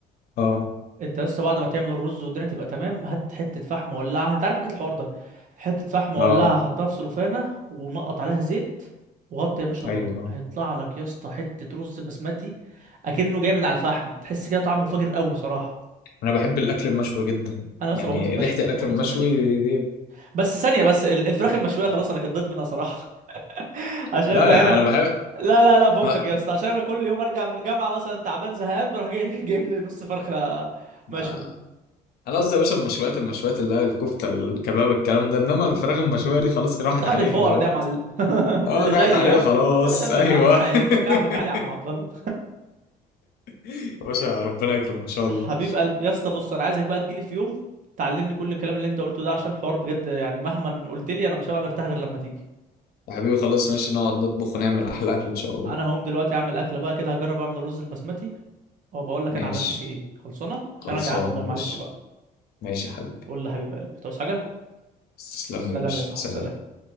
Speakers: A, on the left (about 65°); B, on the right (about 50°).
A: اه
B: انت بس بعد ما تعمل الرز والدنيا تبقى تمام هات حته فحم ولعها انت عارف اكيد الحوار ده حته فحم ولعها
A: اه
B: حطها في سلوفانه ونقط عليها زيت وغطي يا باشا الغطا
A: ايوه اه
B: هيطلع لك يا اسطى حته رز بسمتي اكنه جاي من على الفحم تحس كده طعمه فاجر قوي صراحه
A: انا بحب الاكل المشوي جدا
B: انا
A: يعني
B: اصلا بموت في المشوي
A: ريحة الاكل
B: بموت
A: المشوي
B: في المشوي
A: دي
B: بس ثانيه بس ال- الفراخ المشويه خلاص انا قضيت منها صراحه <laughs> عشان
A: لا
B: انا
A: لا
B: هنا
A: انا بحب
B: لا لا لا فكك
A: لا
B: يا اسطى عشان انا كل يوم ارجع من الجامعه مثلا تعبان زهقان بروح جاي- <laughs> جايب لي نص فرخه مشوي
A: آه. انا قصدي يا باشا المشويات المشويات اللي هي الكفتة الكباب الكلام ده انما الفراخ المشوية دي خلاص راحت
B: بتاعت
A: عليها
B: الفقرا
A: دلوقتي
B: دي يا معلم <laughs>
A: اه
B: اللي
A: راحت
B: زيي
A: عليها
B: ها
A: خلاص
B: يا باشا انت
A: ايوه
B: كعبك عالي
A: <laughs>
B: انت كعبك عالي يا عم عبد الله
A: يا باشا ربنا يكرم ان شاء
B: حبيب
A: الله
B: قلبي يا اسطى بص انا عايزك بقى تجيلي في يوم تعلمني كل الكلام اللي انت قلته ده عشان حوار بجد يعني مهما قلت لي انا مش هبقى مرتاح غير لما تيجي
A: يا حبيبي خلاص ماشي نقعد نطبخ ونعمل احلى اكل ان شاء الله
B: انا هقوم دلوقتي اعمل اكله بقى كده هجرب اعمل الرز البسمتي وبقول لك
A: ماشي
B: انا عملت فيه ايه خلصانه عشان
A: خلصانه
B: انا جعان والله
A: يا باشا
B: معلش بقى
A: ماشي يا حبيبي
B: قول لي حبيب قلبي تعوز حاجه
A: تسلم
B: سلام
A: لي يا باشا
B: يا صاحبي
A: سلام
B: سلام